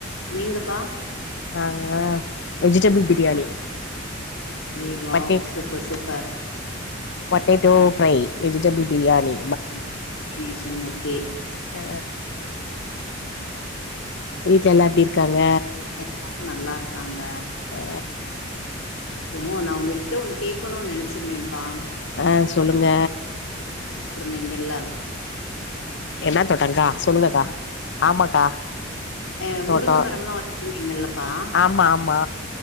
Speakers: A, on the left; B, on the left.
A: நீங்கப்பா
B: நாங்க வெஜிடபிள் பிரியாணி
A: ஏ wow
B: potato
A: super super
B: potato fry vegetable biryani
A: ம் காம்பினேஷன் ஓகே
B: அ வீட்ல எல்லா எப்டி இருக்காங்க
A: எல்லாரு நல்லா இருக்காங்க
B: ஆ
A: அப்றோ நா உங்ககிட்ட ஒன்னு கேட்கணும் நெனைச்சிருந்தேன்பா
B: அ சொல்லுங்க
A: நீங்கெல்லா
B: என்ன தொட்டங்கா சொல்லுங்கக்கா ஆமாக்கா
A: அ
B: தோட்டோ
A: முருங்க மரம்லா வச்சிருந்தீங்கல்லப்பா
B: ஆமா ஆமா